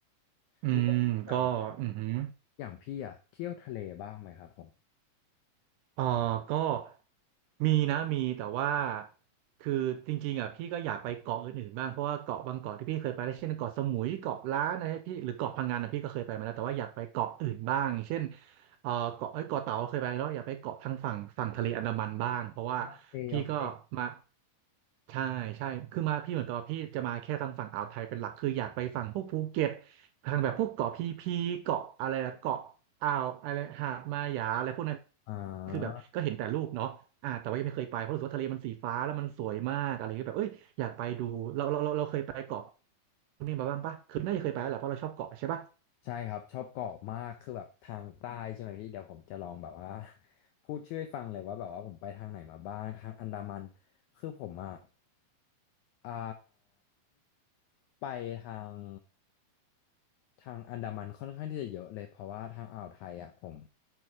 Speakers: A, on the right; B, on the left.
A: อืมก็อือหือ
B: เลือกอย่างอย่างพี่อ่ะเที่ยวทะเลบ้างไหมครับผม
A: เออก็มีนะมีแต่ว่าคือจริงๆอ่ะพี่ก็อยากไปเกาะอื่นๆบ้างเพราะว่าเกาะบางเกาะที่พี่เคยไปแล้วเช่นเกาะสมุยเกาะล้านนะพี่หรือเกาะพังงานนะพี่ก็เคยไปมาแล้วแต่ว่าอยากไปเกาะอื่นบ้างเช่นเออเกาะเอ้ยเกาะเต่าเคยไปแล้วอยากไปเกาะทางฝั่งฝั่งทะเลอันดามันบ้างเพราะว่า
B: โอเคโอเค
A: พี่ก็มาใช่ใช่คือมาพี่เหมือนกับว่าพี่จะมาแค่ทางฝั่งอ่าวไทยเป็นหลักคืออยากไปฝั่งพวกภูเก็ต ทางแบบพวกเกาะพีพีเกาะอะไรนะเกาะอ่าวอะไรหาดมาหยาอะไรพวกนั้น
B: อ่า
A: คือแบบก็เห็นแต่รูปเนาะอ่าแต่ว่ายังไม่เคยไปเพราะรู้สึกว่าทะเลมันสีฟ้าแล้วมันสวยมากอะไรเงี้ยแบบเอ้ยอยากไปดูเราเราเราเราเคยไปเกาะไาบ้างปะคือน่าจะเคยไปแล้วแหละเพราะเราชอบเกาะใช่ปะ
B: ใช่ครับชอบเกาะมากคือแบบทางใต้ใช่ไหมพี่เดี๋ยวผมจะลองแบบว่า <laughs> พูดชื่อให้ฟังเลยว่าแบบว่าผมไปทางไหนมาบ้างทางอันดามันคือผมอ่ะอ่าไปทางทางอันดามันค่อนข้างที่จะเยอะเลยเพราะว่าทางอ่าวไทยอ่ะผม